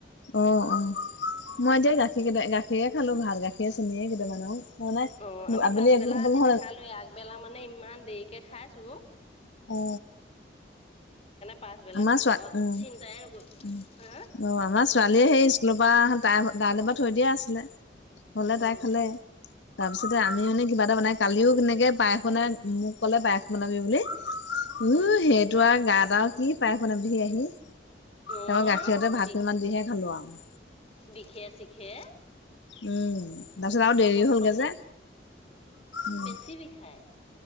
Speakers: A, on the left; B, on the left.
A: অ অ মই এতিয়া গাখীৰ কেইটা গাখী খালোঁ চেনিয়ে কেইটামান আৰু। মানে
B: অ আমি
A: আবেলি
B: পাচবেলা
A: একো খাব
B: আজি
A: নহ'ল
B: নাখালোঁ আগবেলা মানে ইমান দেৰিকে খাইছোঁ।
A: অ।
B: পাছবেলা
A: আমাৰ
B: ভাতৰ
A: চোৱা উম
B: চিন্তাই নকৰো
A: উম
B: হা।
A: অ আমাৰ ছোৱালীয়ে সেই স্কুলৰ পৰা তাই তাইলে পা থৈ দিয়া আছিলে। হলে
B: হা
A: তাই খালে তাৰপিছতে আমি এনে কিবা এটা বনাই কালিও কেনেকে পায়স বনাই মোক ক'লে পায়স বনাবি বুলি
B: অ
A: উ
B: অ অ
A: সেই। তোৰ গা এটা আৰু কি পায়স বনাবিহি আহি তাপা
B: অ
A: গাখীৰতে ভাত
B: বিষ
A: কেইটা মান দিহে খালো আৰু
B: বিষে শিখে।
A: উম তাৰপিছত আৰু দেৰি
B: প্ৰথম
A: হ'লগে যে উম।
B: কি দি খায়।